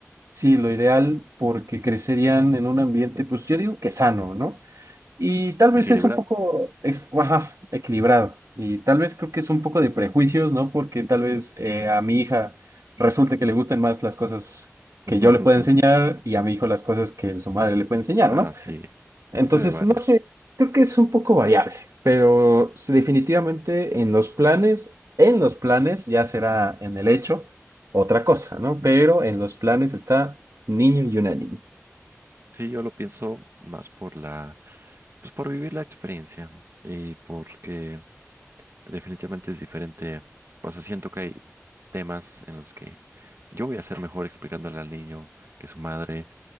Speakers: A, on the right (about 80°); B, on the right (about 55°).
A: sí, lo ideal, porque crecerían en un ambiente, pues yo digo que sano, ¿no? Y tal vez
B: equilibrado.
A: es un poco, es- ajá, equilibrado. Y tal vez creo que es un poco de prejuicios, ¿no? Porque tal vez eh, a mi hija resulte que le gusten más las cosas que
B: <laughs>
A: yo le pueda enseñar y a mi hijo las cosas que su madre le puede enseñar,
B: Ah,
A: ¿no?
B: sí,
A: Entonces,
B: puede variar.
A: no sé, creo que es un poco variable, pero sí, definitivamente en los planes, en los planes ya será en el hecho otra cosa, ¿no? Pero en los planes está un niño y una niña.
B: Sí, yo lo pienso más por la, pues por vivir la experiencia y porque definitivamente es diferente. O sea, siento que hay temas en los que yo voy a ser mejor explicándole al niño que su madre